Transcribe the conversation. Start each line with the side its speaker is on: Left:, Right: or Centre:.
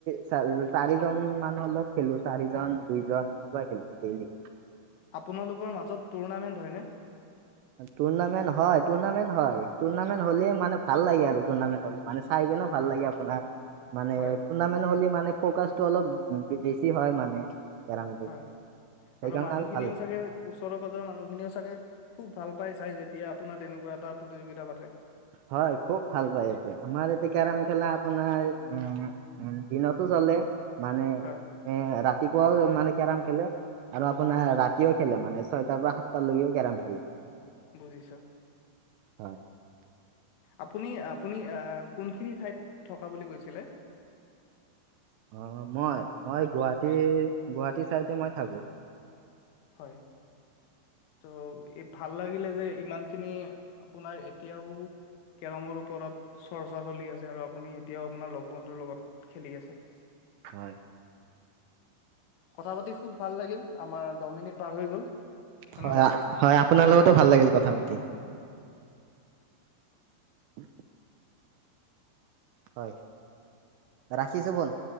Right: চ চাৰিজন মানুহ অলপ খেলো চাৰিজন দুইজন। বাই খেলো ডেইলি।
Left: আপোনালোকৰ মাজত টুৰণামেণ্ট হয়নে?
Right: টুৰ্ণামেণ্ট হয়, টুৰ্ণামেণ্ট হয় টুৰ্ণামেণ্ট হ'লে মানে ভাল লাগে আৰু টুনামেণ্ট হ'লে। মানে চাই কিনে ভাল লাগে আপোনাক। মানে
Left: হয়
Right: টুৰ্ণামেণ্ট হ'লে মানে ফকাচটো অলপ বেছি হয় মানে। কেৰমটো
Left: হয়,
Right: সেইকাৰণে
Left: আৰু মানুহখিনিওঁ
Right: ভাল লাগে।
Left: চাগে ওচৰৰ পাজৰৰ মানুহখিনিও চাগে খুব ভাল পাই চাই, যেতিয়া আপোনাৰ তেনেকুৱা এটা প্ৰতিযোগিতা পাতে।
Right: হয়, খুব ভাল পায়, এইটো আমাৰ এতিয়া কেৰম খেলা আপোনাৰ উম এ দিনতো চলে। মানে এ
Left: হয়
Right: ৰাতিপুৱাও মানে কেৰম খেলে আৰু আপোনাৰ
Left: হয়
Right: ৰা তিও খেলে, মানে ছয়টাৰ পৰা সাতটালকেও কেৰম খেলে।
Left: বুজিছোঁ।
Right: হয়।
Left: আপুনি আপুনি কোনখিনি ঠাইত থকা বুলি কৈছিলে?
Right: অ' মই মই গুৱাহাটী গুৱাহাটী চাইড মই থাকো।
Left: হয়। ত' ভাল লাগিলে যে ইমানখিনি আপোনাৰ এতিয়াও কেৰমৰ ওপৰত চৰ্চা চলি আছে, আৰু আপুনি এতিয়াও আপোনাৰ লগ বন্ধুৰ লগত খেলি আছে।
Right: হয়।
Left: কথা পাতি খুব ভাল লাগিল, আমাৰ দহ মিনিট পাৰ হৈ গ'ল। ধন্যবাদ
Right: হয়, হয় আপোনাৰ লগতো ভাল লাগিল কথা পাতি। হয় হয়, ৰাখিছোঁ ফোন।